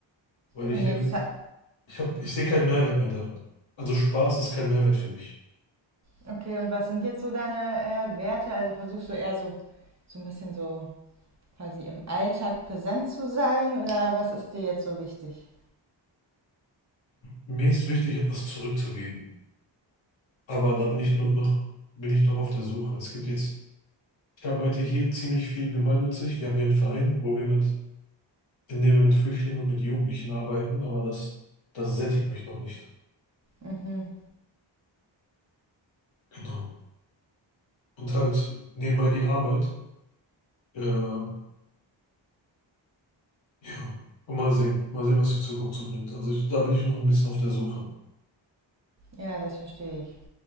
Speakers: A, on the left; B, on the right.
A: weil ich
B: Und jetzt
A: äh,
B: ha-
A: Ich hab, ich sehe keinen Mehrwert mehr darin. Also Spaß ist kein Mehrwert für mich.
B: Okay, und was sind jetzt so deine äh, Werte? Also versuchst du eher so, so ein bisschen so quasi im Alltag präsent zu sein oder was ist dir jetzt so wichtig?
A: Mir ist wichtig, etwas zurückzugeben. Aber da bin ich nur noch, bin ich noch auf der Suche. Es gibt jetzt, ich arbeite hier ziemlich viel gemeinnützig. Wir haben hier einen Verein, wo wir mit, in dem wir mit Flüchtlingen und mit Jugendlichen arbeiten, aber das, das sättigt mich noch nicht.
B: Mhm.
A: Genau. Und halt nebenbei die Arbeit. Äh, ja. Und mal sehen. Mal sehen, was die Zukunft so bringt. Also ich, da bin ich noch ein bisschen auf der Suche.
B: Ja, das verstehe ich.